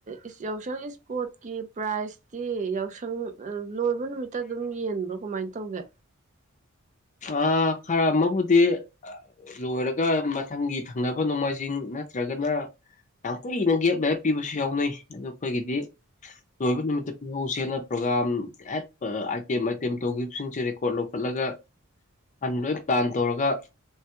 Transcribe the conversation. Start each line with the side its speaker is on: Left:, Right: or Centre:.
Right: ꯏꯁ ꯌꯥꯎꯁꯪ ꯏꯁꯄꯣꯔꯠꯀꯤ ꯄ꯭ꯔꯥꯏꯖꯇꯤ ꯌꯥꯎꯁꯪ ꯑꯗꯨꯝ ꯂꯣꯏꯕ ꯅꯨꯃꯤꯠꯇ ꯑꯗꯨꯝ ꯌꯦꯟꯕ꯭ꯔꯣ ꯀꯃꯥꯏꯅ ꯇꯧꯒꯦ
Left: ꯑꯥ ꯈꯔ ꯑꯃꯕꯨꯗꯤ ꯂꯣꯏꯔꯒ ꯃꯊꯪꯒꯤ ꯊꯪꯅꯕ ꯅꯣꯡꯃꯥꯏꯖꯤꯡ ꯅꯠꯇ꯭ꯔꯒꯅ ꯌꯥꯝ ꯀꯨꯏꯅ ꯒꯦꯞ ꯂꯩꯔ ꯄꯤꯕꯁꯨ ꯌꯥꯎꯅꯩ ꯑꯗꯣ ꯑꯈꯣꯏꯒꯤꯗꯤ ꯂꯣꯏꯕ ꯅꯨꯃꯤꯠꯇ ꯄꯤꯍꯧꯁꯦꯅ ꯄ꯭ꯔꯣꯒꯥ꯭ꯔꯝ <unintelligible> ꯑꯥꯏꯇꯦꯝ ꯑꯥꯏꯇꯦꯝ ꯇꯧꯈꯤꯕꯁꯤꯡꯁꯦ ꯔꯦꯀꯣꯔꯠ ꯂꯧꯈꯠꯂꯒ ꯍꯥꯟꯅ ꯂꯣꯏ ꯄ꯭ꯂꯥꯟ ꯇꯧꯔꯒ